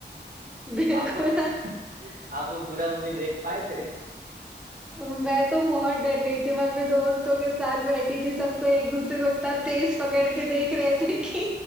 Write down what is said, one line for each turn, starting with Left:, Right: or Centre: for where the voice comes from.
Right: <laughs>
Centre: बिल्कुल
Right: आप वो- आप वो पूरा मूवी देख पाए थे
Centre: मैं तो बहुत डर गई थी मैं अपने दोस्तों के साथ बैठी थी सबको एक दूसरे को इतना तेज पकड़ के देख रहे थे कि